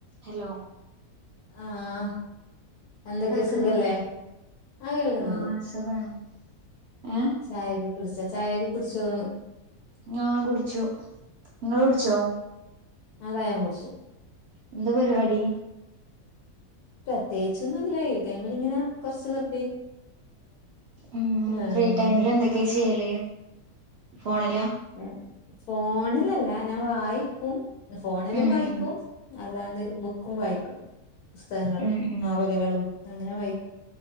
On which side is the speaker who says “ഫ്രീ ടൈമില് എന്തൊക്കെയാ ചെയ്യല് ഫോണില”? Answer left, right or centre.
Right